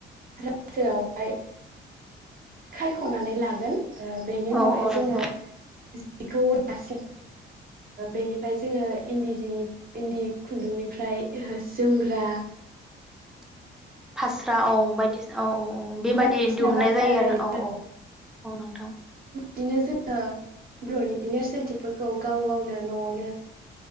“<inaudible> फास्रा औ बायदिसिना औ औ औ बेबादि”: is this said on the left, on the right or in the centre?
Centre